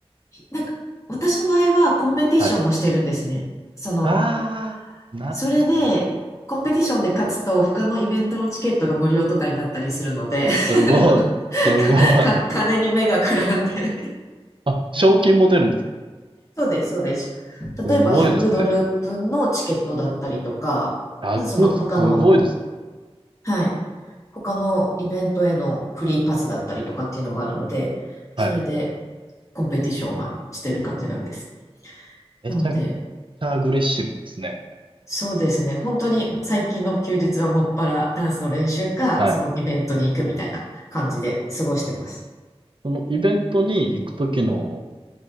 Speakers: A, on the left (about 30°); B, on the right (about 55°).
A: なんか、私の場合はコンペティションもしてるんですね。
B: はい。
A: その、
B: ああ、なるほ
A: それで、コンペティションで勝つと、他のイベントのチケットが無料とかになったりするので、
B: どすごい、
A: <laughs>
B: すごい。
A: かか金に目がくらんで。
B: あ、賞金も出るんですか
A: そうです、そうです。
B: すごいですね。
A: 例えば100ドル分のチケットだったりとか、
B: 楽、
A: まずその他の、
B: すごいですね。
A: はい、他のイベントへのフリーパスだったりとかっていうのがあるので、
B: はい。
A: それでコンペティションはしてる感じなんです。
B: めちゃくち
A: なので、
B: ゃアグレッシブですね。
A: そうですね。本当に最近の休日はもっぱらダンスの練習か、
B: はい。
A: そのイベントに行くみたいな感じで過ごしてます。
B: そのイベントに行くときの